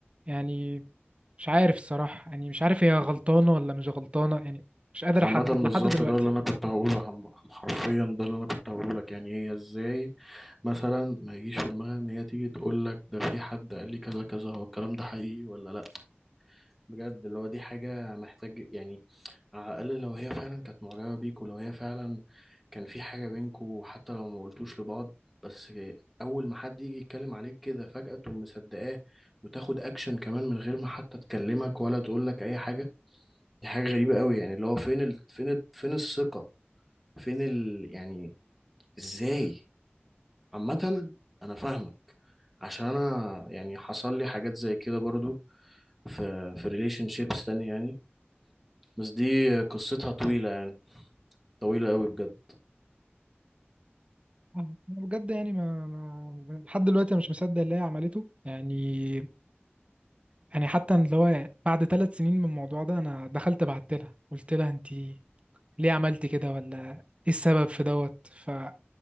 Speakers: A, on the right (about 30°); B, in the centre.
A: يعني مش عارف الصراحة يعني مش عارف هي غلطانة ولا مش غلطانة يعني مش قادر
B: عامة
A: احدد
B: بالظبط
A: لحد دلوقتي
B: ده اللي انا كنت هقوله عم- عم حرفيا ده اللي انا كنت هقوله لك يعني هي ازاي مثلا ما يجيش في دماغها ان هي تيجي تقول لك ده في حد قال لي كذا كذا هو الكلام ده حقيقي ولا لا بجد اللي هو دي حاجة محتاج يعني على الأقل لو هي فعلا كانت معجبة بيك ولو هي فعلا كان في حاجة بينكوا حتى لو ما قلتوش لبعض بس أول ما حد يجي يتكلم عليك كده فجأة تقوم مصدقاه وتاخد أكشن كمان من غير ما حتى تكلمك ولا تقول لك أي حاجة دي حاجة غريبة قوي يعني اللي هو فين ال... فين ال... فين الثقة فين ال... يعني إزاي عامة أنا فاهمك عشان أنا يعني حصل لي حاجات زي كده برضو في في ريليشن شيبس تاني يعني بس دي قصتها طويلة يعني طويلة قوي بجد
A: أنا بجد يعني ما, ما لحد دلوقتي أنا مش مصدق اللي هي عملته يعني يعني حتى اللي هو بعد ثلاث سنين من الموضوع ده انا دخلت بعت لها قلت لها انت ليه عملت كده ولا ايه السبب في دوت فقالت